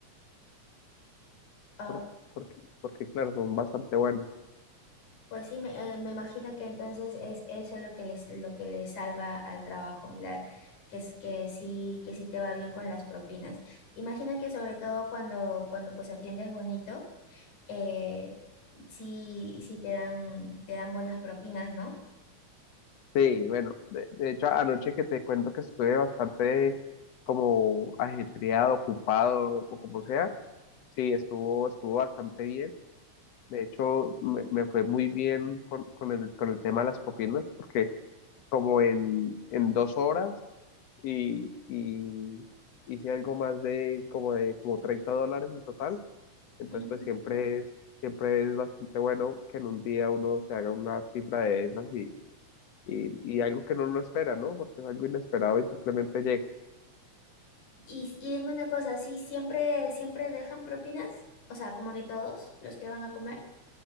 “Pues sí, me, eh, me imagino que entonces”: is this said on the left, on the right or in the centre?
Left